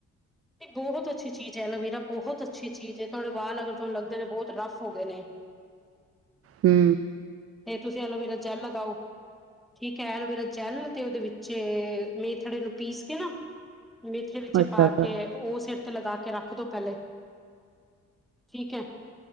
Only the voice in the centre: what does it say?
ਇਹ ਬਹੁਤ ਅੱਛੀ ਚੀਜ਼ ਐ ਐਲੋਵੀਰਾ ਬਹੁਤ ਅੱਛੀ ਚੀਜ਼ ਐ ਤੁਹਾਡੇ ਬਾਲ ਅਗਰ ਤੁਹਾਨੂੰ ਲੱਗਦੇ ਨੇ ਬਹੁਤ ਰੱਫ ਹੋ ਗਏ ਨੇ।
ਤੇ ਤੁਸੀਂ ਐਲੋਵੀਰਾ ਜੈਲ ਲਗਾਓ। ਠੀਕ ਐ ਐਲੋਵੇਰਾ ਜੈਲ ਤੇ ਉਹਦੇ ਵਿੱਚ ਮੇਥੜੇ ਨੂੰ ਪੀਸ ਕੇ ਨਾ। ਮੇਥਰੇ ਵਿੱਚ
ਪਾ
ਕੇ। ਉਹ ਸਿਰ ਤੇ ਲਗਾ ਕੇ ਰੱਖਦੋ ਪਹਿਲੇ ਠੀਕ ਐ।